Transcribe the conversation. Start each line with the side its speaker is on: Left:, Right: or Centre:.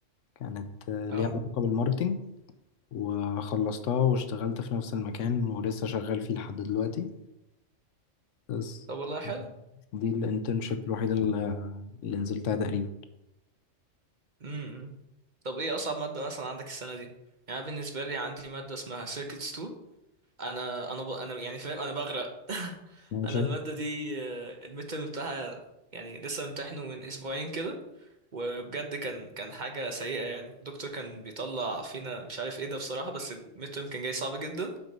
Left: كانت ليها
Right: اه
Left: علاقة بالماركتينج وخلصتها واشتغلت في نفس المكان ولسه شغال فيه لحد دلوقتي بس
Right: طب والله حلو
Left: دي الانترنشيب الوحيدة اللي اللي نزلتها تقريبا
Right: امم طب ايه اصعب مادة مثلا عندك السنة دي؟ يعني أنا بالنسبة لي عندي مادة اسمها circuits 2 انا انا ب... انا يعني فاهم انا بغرق <laughs>
Left: ماشي
Right: انا الماده دي المتر بتاعها يعني لسه امتحنه من اسبوعين كده وبجد كان كان حاجه سيئه يعني الدكتور كان بيطلع فينا مش عارف ايه ده بصراحه بس المتر كان جاي صعب جدا